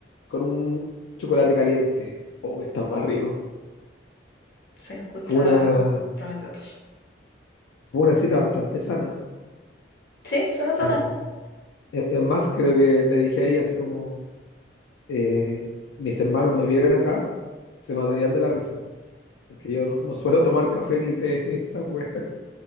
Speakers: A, on the left (about 75°); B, on the left (about 55°).
A: con un chocolate caliente. Oh, que estaba rico.
B: Se escucha
A: Fue una,
B: prometedor.
A: fue una cita bastante sana.
B: Sí, suena sana.
A: Eh, es es más, creo que le dije a ella así como, eh, mis hermanos me vieran acá, se matarían de la risa. porque yo no, no suelo tomar café ni té <laughs> ni esta wea. <laughs>